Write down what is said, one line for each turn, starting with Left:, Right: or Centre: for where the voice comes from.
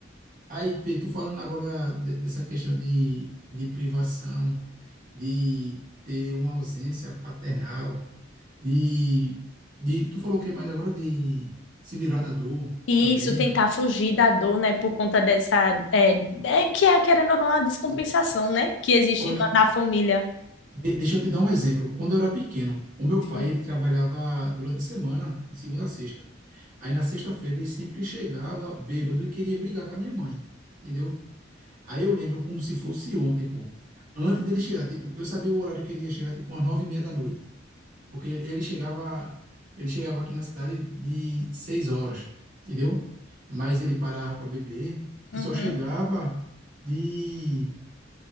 Right: Aí, vê, tu falando agora de- dessa questão de, de privação, de ter uma ausência paternal, de, de. Tu falou o que mais agora? De se livrar da dor
Left: Isso,
Right: também.
Left: tentar fugir da dor, né, por conta dessa, é, é que é, querendo ou não, a descompensação, né, que existe
Right: Olha,
Left: na, na família.
Right: De- deixa eu te dar um exemplo. Quando eu era pequeno, o meu pai
Left: Sim.
Right: ele trabalhava durante a semana, de segunda a sexta. Aí na sexta-feira ele sempre chegava bêbado e queria brigar com a minha mãe, entendeu? Aí eu lembro como se fosse ontem, pô. Antes dele chegar, tipo, eu sabia o horário que ele ia chegar, tipo, umas nove e meia da noite, porque ele chegava, ele chegava aqui na cidade de seis horas, entendeu? Mas ele parava para beber
Left: Uhum,
Right: e só chegava de